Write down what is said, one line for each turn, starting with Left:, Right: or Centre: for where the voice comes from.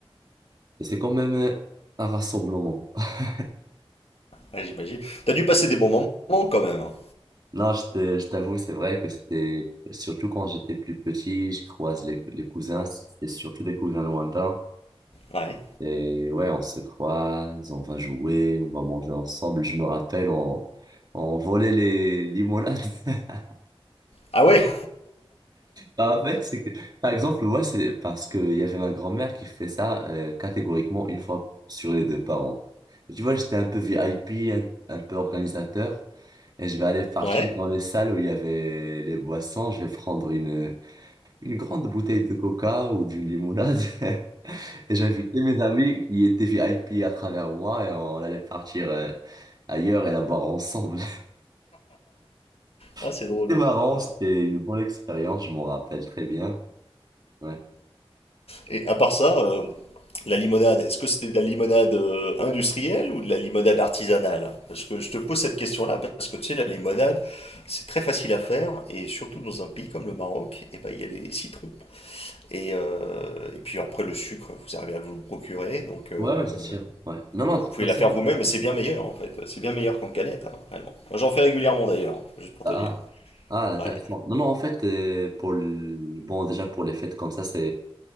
Right: Et c'est quand même euh, un rassemblement. <laughs>
Left: Ouais, j'imagine. T'as dû passer des bons moments quand même. hein.
Right: Non, je te- je t'avoue, c'est vrai que c'était, surtout quand j'étais plus petit, je croise les, les cousins, c'était surtout des cousins lointains.
Left: Ouais.
Right: Et ouais, on se croise, on va jouer, on va manger ensemble. Je me rappelle, on, on volait les limonades. <laughs>
Left: Ah ouais?
Right: Bah, en fait, c'est que, par exemple, ouais, c'est parce qu'il y avait ma grand-mère qui fait ça euh, catégoriquement une fois sur les deux parents. Tu vois, j'étais un peu VIP, un, un peu organisateur, et je vais aller partir
Left: Ouais.
Right: dans les salles où il y avait les boissons. Je vais prendre une, une grande bouteille de coca ou d'une limonade. <laughs> Et j'invitais mes amis qui étaient VIP à travers moi et on allait partir euh, ailleurs et la boire ensemble.
Left: Ah, c'est
Right: <laughs>
Left: drôle.
Right: C'était marrant,
Left: Ouais.
Right: c'était une bonne expérience, je m'en rappelle très bien. Ouais,
Left: Et à part ça, euh, la limonade, est-ce que c'était de la limonade euh, industrielle ou de la limonade artisanale? Parce que je te pose cette question-là parce que tu sais, la limonade, c'est très facile à faire et surtout dans un pays comme le Maroc, et ben, il y a les citrons. Et, euh, et puis après, le sucre, vous arrivez à vous le procurer, donc euh,
Right: ouais, ouais, c'est sûr. Ouais. Non, non,
Left: et vous
Right: de toute
Left: pouvez
Right: façon,
Left: la faire vous-même et c'est bien meilleur en fait. C'est bien meilleur qu'en canette, hein, réellement. Moi, j'en fais régulièrement d'ailleurs, juste pour
Right: ah,
Left: te dire.
Right: ah, ah, intéressant.
Left: Ouais.
Right: Non, non, en fait, euh, pour le... bon, déjà pour les fêtes comme ça, c'est